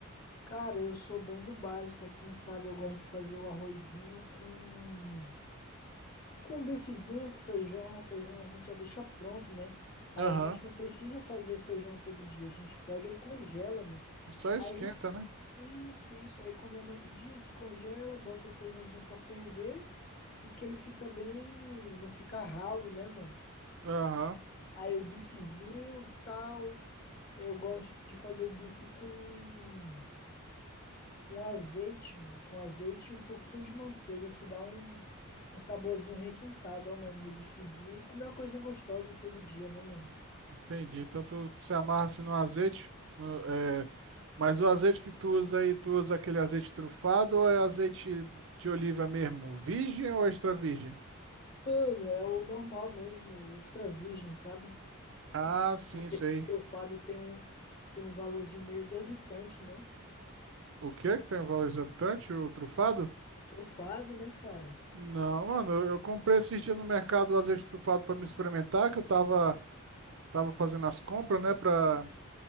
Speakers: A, on the left; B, on the right.
A: Cara, eu sou bem do básico, assim, sabe? Eu gosto de fazer o arrozinho com Com um bifezinho, com feijão, feijão a gente já deixa pronto, né? Aí
B: Aham.
A: a gente não precisa fazer feijão todo dia, a gente pega e congela, mano.
B: Só esquenta,
A: Aí a gente.
B: né?
A: Isso, isso. Aí quando é no outro dia, descongela, bota o feijãozinho pra ferver e que ele fica bem. Não fica ralo, né, mano?
B: Aham,
A: Aí o bifezinho, tal. Eu gosto de fazer o bife com com azeite, mano. Com azeite e um pouquinho de manteiga que dá um, um saborzinho requintado, ó, mano, no bifezinho. E comer uma coisinha gostosa todo dia, né, mano?
B: entendi. Então tu se amarra assim no azeite, no- é, mas o azeite que tu usa aí, tu usa aquele azeite trufado ou é azeite de oliva mesmo? Virgem ou extra virgem?
A: Mano, é o normal mesmo, o extra virgem, sabe?
B: Ah, sim,
A: Porque
B: sei.
A: esse trufado tem um, tem um valorzinho meio exorbitante, né?
B: O que é que tem o valor exorbitante? O trufado?
A: O trufado, né, cara?
B: Não, mano, eu eu comprei esses dias no mercado o azeite trufado para me experimentar, que eu tava, tava fazendo as compras, né, para